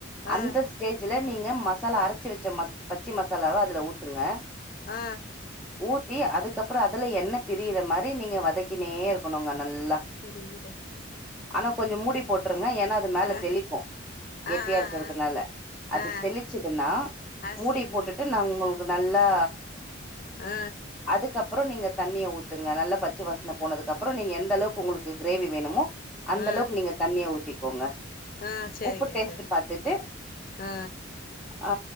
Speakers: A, on the left (about 45°); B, in the centre.
A: ஆ
B: அந்த ஸ்டேஜ்ல நீங்க மசாலா அரச்சு வச்ச ம பச்சி மசாலாவா அதுல ஊத்துங்க
A: ஆ
B: ஊத்தி அதுக்கப்புற அதுல எண்ண பிரியுற மாரி நீங்க வதக்கினே இருக்கணுங்க நல்லா
A: பெரிய டெக்சாஸ்
B: ஆனா கொஞ்ச மூடி போட்ருங்க ஏன்னா அது மேல
A: ஆ
B: தெளிக்கும் கெட்டியா
A: ஆ ஆ
B: இருக்கிறதுனால
A: ஆ
B: அது
A: ஆ
B: தெளிச்சுதுன்னா
A: அரிசி
B: மூடி
A: இவ்ளோண்டுக்குது
B: போட்டுட்டு நா உங்களுக்கு நல்லா
A: ஆ
B: அதுக்கப்புற நீங்க தண்ணிய ஊத் ங்க நல்லா பச்சு வாசன போனதுக்குப்புறம் நீங்க எந்த அளவுக்கு உங்களுக்கு கிரேவி வேணுமோ அந்தளவுக்கு
A: ஆ
B: நீங்க தண்ணிய ஊத்திக்கோங்க
A: ஆ சேரிங்க
B: உப்பு டேஸ்ட்
A: சேரிங்
B: பாத்துட்டு
A: ஆ
B: ஆ